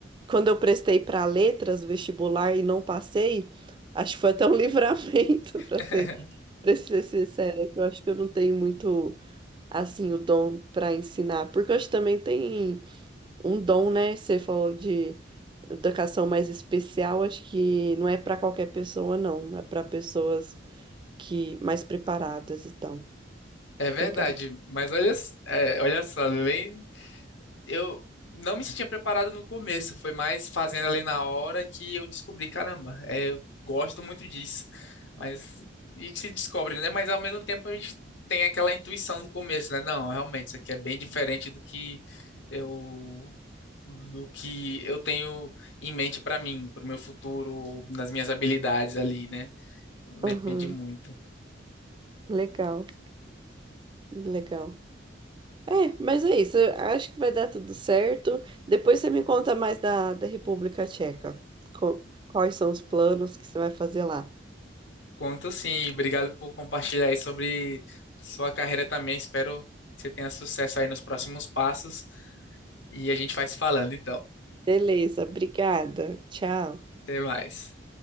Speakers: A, on the right (about 25°); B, on the left (about 70°).
A: quando eu prestei para letras, vestibular e não passei, acho que foi até um <laughs> livramento,
B: <laughs>
A: para ser, para ser sincera, que eu acho que eu não tenho muito assim, o dom para ensinar? Porque hoje também tem um dom, né? Você falou de educação mais especial, acho que não é para qualquer pessoa, não. É para pessoas que mais preparadas e tal.
B: É verdade,
A: Legal.
B: mas olha, s- é, olha só, nem eu não me sentia preparado no começo, foi mais fazendo ali na hora que eu descobri, caramba, é, eu gosto muito disso. Mas a gente se descobre, né? Mas ao mesmo tempo a gente tem aquela intuição no começo, né? Não, realmente, isso aqui é bem diferente do que eu do que eu tenho em mente para mim, para o meu futuro, nas minhas habilidades ali, né? Então, depende
A: Aham,
B: muito.
A: Legal, legal. É, mas é isso. eu acho que vai dar tudo certo. Depois você me conta mais da, da República Tcheca. Co- Quais são os planos que você vai fazer lá?
B: Conto sim, e obrigado por compartilhar aí sobre sua carreira também. Espero que você tenha sucesso aí nos próximos passos e a gente vai se falando então.
A: Beleza, obrigada. Tchau.
B: Até mais.